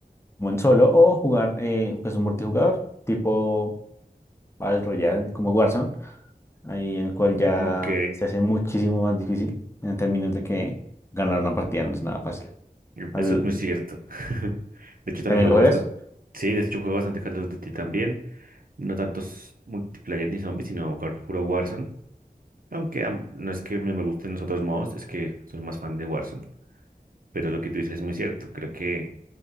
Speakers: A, on the left; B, on the right.
A: como en solo, o jugar eh, pues un multijugador tipo Battle Royale como Warzone, ahí en el cual ya
B: Ok,
A: se hace muchísimo más difícil en términos de que ganar una partida no es nada fácil. Al-
B: eso es muy cierto. <laughs> De hecho, también
A: ¿También
B: juego
A: lo juegas?
B: bastante. Sí, de hecho, juego bastante Call of Duty también. No tantos multiplayer ni zombies, sino war- puro Warzone. Aunque am- no es que me me gusten los otros modos, es que soy más fan de Warzone. Pero lo que tú dices es muy cierto. Creo que